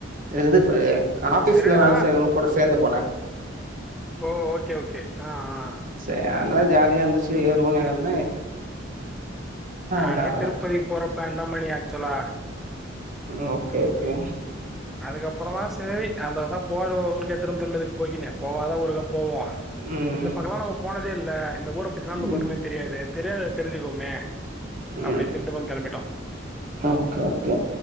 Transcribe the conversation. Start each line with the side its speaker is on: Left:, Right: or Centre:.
Right: அ இது ஃப்பு காஃபீஸ்ல
Centre: சரிடா
Right: வேல செய்றவங்க கூட சேந்து போலான்
Centre: ஒ ஓகே ஓகே அ அ
Right: சேர் அனால ஜால்யா இந்துச்சு ஏறுவோன் ஏற்ன்
Centre: நானே
Right: இது ஆகல
Centre: திருப்பதிக் போற ப்ளான் ந்தா மணி ஆக்சுலா
Right: ம் ஓகே ஓகே
Centre: அதுக்கப் அப்புறந்தா சேரி அந்ததா <unintelligible> ஊருக்கே திரும் தின்னறிம் போய்கினு போவாத ஊருகா போவ்வா
Right: ம்
Centre: இந்த பக்கலா நம்ம போனத் தே இல்ல இந்த ஊர பத்திலா நமளுக்கு
Right: ம்
Centre: ஒன்னுமே தெரியாதே தெரியாத தெரிஞ்சுக்கோமே அப்புடின்ட்டு
Right: ம்
Centre: இந்த பங் களம்பிட்டோ
Right: ஓகே ஓகே